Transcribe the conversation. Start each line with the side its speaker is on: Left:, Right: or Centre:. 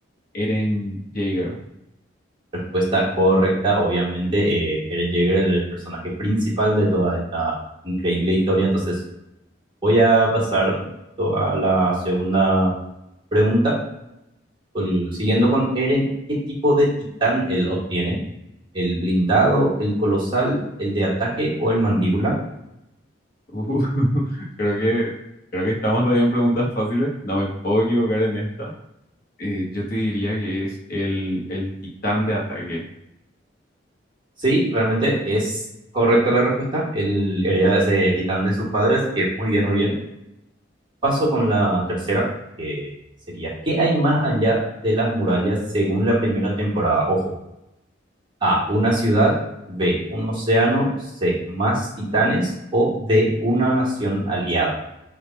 Left: Eren Jaeger.
Right: Respuesta correcta, obviamente, eh, Eren Jaeger es el personaje principal de toda esta increíble historia. Entonces, voy a pasar un poquito a la segunda pregunta Ol- Siguiendo con Eren, ¿qué tipo de titán él obtiene? ¿El blindado, el colosal, el de ataque o el mandíbula?
Left: Uh, <laughs> creo que, creo que estamos todavía en preguntas fáciles. No me puedo equivocar en esta. Eh, yo te diría que es el, el titán de ataque.
Right: Sí, realmente es correcta la respuesta. Él hereda ese titán de su padre, así que muy bien, muy bien. Paso con la tercera, que sería, ¿qué hay más allá de las murallas según la primera temporada? Ojo, A, una ciudad, B, un océano, C, más titanes o D, una nación aliada.